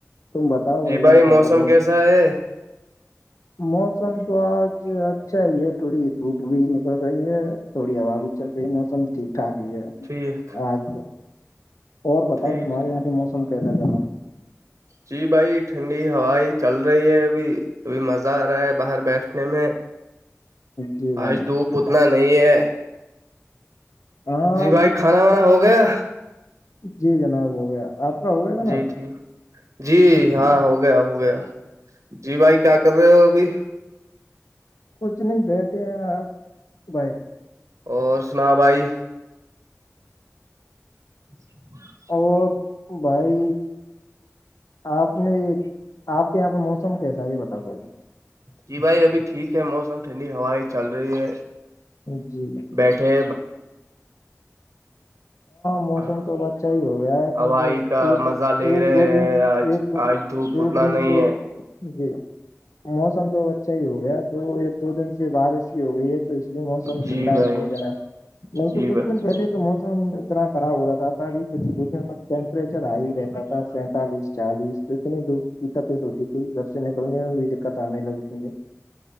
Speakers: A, on the left; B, on the right.
A: تم بتاؤ بھائی
B: جی
A: جان کیا
B: موسم
A: کر رہے
B: کیسا ہے
A: موسم تو آج اچھا ہی ہے تھوڑی دھوپ بھی نکل رہی ہے تھوڑی ہا بھی چل رہی ہے موسم ٹھیک اھ گ ہے
B: ٹھیک
A: آج اور بتاؤ
B: ٹھیک
A: تمہارے
B: ٹھیک
A: یہاں کے موسم کیسا ہے یہاں
B: جی بھائی ٹھنڈی ہو چل رہی ہے ابھی ابھی مزہ آ رہا ہے باہر بیٹھنے میں
A: جی جناب
B: آج دھوپ پتنا نہیں ہے
A: ہاں
B: جی بھائی کھانا وانا ہو گیا
A: جی جناب ہو گیا آپ کا ہو گیا جناب
B: جی ٹھیک جی ہاں ہو گیا ہو گیا جی بھائی کیا کر رہے ہو ابھی
A: کچھ نہیں بیٹھے ہیں آپ بھائی
B: اور سنا بھائی <unintelligible>
A: اور بھائی آپ نے آپ کے یہاں پہ موسم کیسا ہے یہ بتاؤ کہہ
B: جی بھائی ابھی ٹھیک ہے موسم ٹھنڈی ہوائ چل رہی ہے
A: جی
B: بیٹھے
A: موسم
B: ہاں
A: تو اب اچھا ہی ہو گیا ہے کیونکہ
B: ہوائی
A: اب
B: کا
A: ایک
B: مزہ لے
A: ایک
B: رہے
A: دو دن
B: آج
A: ایک دو
B: آج دھوپ
A: دو
B: اتنا
A: دن
B: نہیں
A: سے
B: ہے
A: جی موسم تو اچھا ہی ہو گیا دو ایک دو دن سے بارش ہو گئی ہے تو اس لیے موسم
B: جی
A: ٹھنڈا
B: بھائی
A: ہی ہے ہے نا نہیں تو
B: جی
A: کچھ
B: بھائی
A: دن پہلے تو موسم اتنا خراب ہو رہا تھا بھی کچھ پچھ ٹیمپریچر ہائی رہتا تھا پینتالیس چالیس تو اتنی دو کی تپیس ہوتی تھی گھر سے نکلنے میں بھی کت آنے لگ تجھے